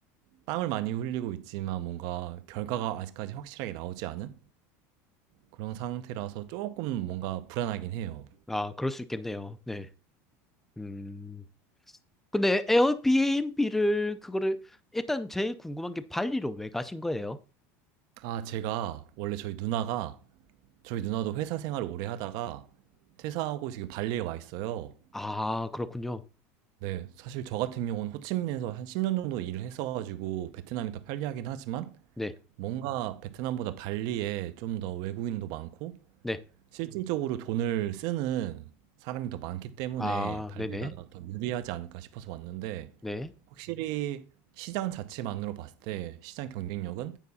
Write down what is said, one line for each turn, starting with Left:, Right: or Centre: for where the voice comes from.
Right: 땀을 많이 흘리고 있지만 뭔가 결과가 아직까지 확실하게 나오지 않은 그런 상태라서 조금 뭔가 불안하긴 해요.
Centre: 아, 그럴 수 있겠네요. 네. 음. 근데 에어비앤비를, 그거를, 일단 제일 궁금한 게 발리로 왜 가신 거예요?
Right: 아, 제가 원래 저희 누나가 저희 누나도 회사 생활을 오래 하다가 퇴사하고 지금 발리에 와 있어요.
Centre: 아, 그렇군요.
Right: 네, 사실 저 같은 경우는 호치민에서 한 10년 정도 일을 했어가지고 베트남이 더 편리하긴 하지만
Centre: 네,
Right: 뭔가 베트남보다 발리에 좀 더 외국인도 많고
Centre: 네.
Right: 실질적으로 돈을 쓰는 사람이 더 많기 때문에
Centre: 아,
Right: 발리가
Centre: 네네,
Right: 더 음. 유리하지 않을까 싶어서 왔는데
Centre: 네,
Right: 확실히 시장 자체만으로 봤을 때 시장 경쟁력은